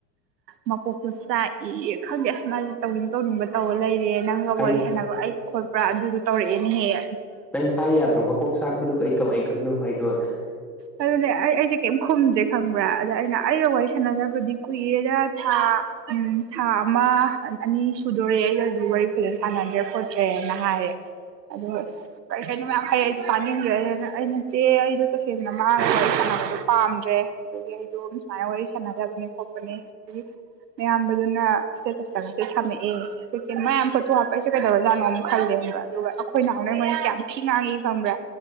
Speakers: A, on the right; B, in the centre.
A: ꯃꯀꯣꯛꯇꯨ ꯆꯥꯛꯏ ꯈꯪꯗꯦ ꯑꯁ ꯃꯥꯁꯦ ꯇꯧꯅꯤꯡ ꯇꯧꯅꯤꯡꯕ ꯇꯧꯕꯔ ꯂꯩꯔꯦ ꯅꯪꯒ
B: ꯍꯥꯏ
A: ꯋꯥꯔꯤ ꯁꯥꯟꯅꯕꯣ ꯑꯩ ꯈꯣꯠꯄ꯭ꯔꯥ ꯑꯗꯨꯗꯣ ꯇꯧꯔꯛꯑꯦꯅꯦ ꯍꯦꯛ
B: ꯅꯪ ꯍꯥꯏ ꯌꯥꯗ꯭ꯔꯣ ꯃꯀꯣꯛ ꯆꯥꯛꯄꯗꯨꯒ ꯑꯩ ꯀꯃꯥꯏꯅ ꯈꯪꯅꯣ ꯍꯥꯏꯅꯣꯖ
A: ꯑꯗꯨꯅꯦ ꯑꯩ ꯑꯩꯁꯦ ꯀꯩꯝ ꯈꯨꯝꯗ꯭ꯔꯦ ꯈꯪꯕ꯭ꯔꯥ ꯑꯗ ꯑꯩꯅ ꯑꯩꯒ ꯋꯥꯔꯤ ꯁꯥꯟꯅꯖꯕꯗꯤ ꯀꯨꯏꯔꯦꯗ ꯊꯥ ꯎꯝ ꯊꯥ ꯑꯃ ꯑꯅꯤ ꯁꯨꯗꯣꯔꯦ ꯑꯩꯗ ꯑꯩꯕꯨ ꯋꯥꯔꯤ ꯐꯖꯅ ꯁꯥꯟꯅꯗ꯭ꯔꯦ ꯈꯣꯠꯇ꯭ꯔꯦꯅ ꯍꯥꯏꯔꯦ ꯑ ꯀꯩ ꯀꯩꯅꯣ ꯃꯌꯥꯝ ꯍꯩ ꯑꯩꯁꯨ ꯄꯥꯅꯤꯡꯗ꯭ꯔꯦ ꯑꯩꯅ ꯆꯦ ꯑꯩꯗꯣ ꯇꯁꯦꯡꯅ ꯃꯥꯒ ꯋꯥꯔꯤ ꯁꯥꯟꯅꯕꯗꯣ ꯄꯥꯝꯗ꯭ꯔꯦ ꯑꯗꯨꯒꯤ ꯑꯩꯗꯣ ꯁꯨꯃꯥꯏꯅ ꯋꯥꯔꯤ ꯁꯥꯟꯅꯕꯒꯗ ꯌꯥꯗꯅꯤ ꯐꯣꯄꯅꯦ ꯃꯌꯥꯝꯕꯗꯨꯅ ꯏꯁꯇꯦꯇꯁꯇꯕꯁꯦ ꯊꯝꯃꯛꯑꯦ ꯀꯀ ꯃꯌꯥꯝ ꯐꯣꯇꯣ ꯍꯥꯞꯄ ꯑꯩꯁꯦ ꯀꯩꯗꯧꯔꯖꯥꯠꯅꯣ ꯈꯜꯂꯦ ꯈꯪꯕ꯭ꯔ ꯑꯗꯨꯒ ꯑꯩꯈꯣꯏ ꯅꯍꯥꯟꯅꯩꯉꯣꯏꯅ ꯀꯌꯥꯝ ꯊꯤ ꯉꯥꯡꯉꯤ ꯈꯪꯕ꯭ꯔꯥ